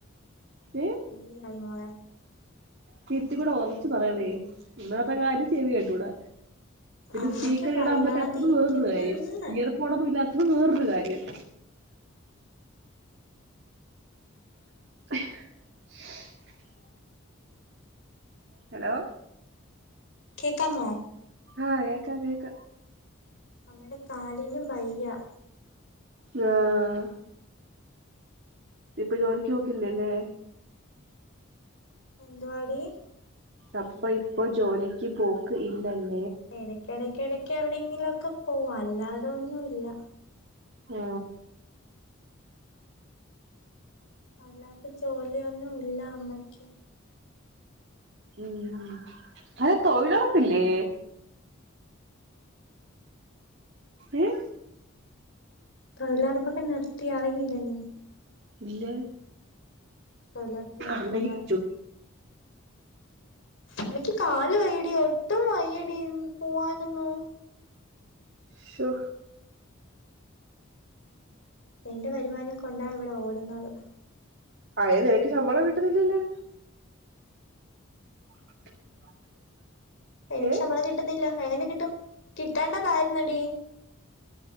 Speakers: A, on the right; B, on the left.
A: ഏ
B: നീര് ആായി മോള
A: നീ ഇതികൂടെ ഉറച്ച്ു പറയണേ ഓന്നാത്തെ കാര്യം ചെവി കേട്ടൂടാ ഇത്
B: അമ്മയ്ക്ക്
A: സ്പീക്കർ
B: വയ്യാതെ
A: ഇടാൻ പറ്റാത്തത്
B: ഇരിക്കുന്നെന്ന്
A: വേറൊരു കാര്യം ഇയർഫോൺ ഇല്ലാത്ത വേറൊരു കാര്യം <inaudible> ഹലോ
B: കേക്കാമോ
A: ആ കേക്ക കേക്ക
B: അമ്മേടെ കാലിനും വയ്യ
A: ആഹ ഇപ്പൊ ജോലിക്ക് നോക്കില്ലല്ലേ
B: എന്ത്‌വാടി
A: അപ്പൊ ഇപ്പൊ ജോലിക്ക് പോക്ക് ഇല്ലല്ലോ
B: ഇടക്ക ഇടക്ക ഇടക്ക് എവിടെയെങ്കിലും ഒക്കെ പോവാ അല്ലാതൊന്നുമല്ല
A: ആ
B: അല്ലാ ജോലിയൊന്നും ഇല്ല അമ്മയ്ക്ക്
A: ഉം അ തൊഴിലുറപ്പില്ലേ ഉം
B: തൊഴിലാറപ്പൊക്കെ നിർത്തി അറിഞ്ഞില്ല നീ
A: ഇല്ല
B: തൊഴിലൊർപ്പ് നിർത്തി
A: അറിഞ്ഞെങ്കി
B: മോളെ അമ്മിക്ക് കാല് വെയ്യടി ഒട്ടും വയ്യടി പോവാനന്നൂ
A: ശൊ
B: എന്റെ വരുമാനം കൊണ്ടാണ് ഇവിടെ ഓടുന്നത്
A: അയേ നിനക്ക് ശമ്പളം കിട്ടുന്നില്ലല്ല് <unintelligible>
B: എനിക്ക്
A: ഏ
B: ശമ്പളം കിട്ടുന്നില്ല എങ്ങനെ കിട്ടും കിട്ടണ്ടതായിരുന്നെടീ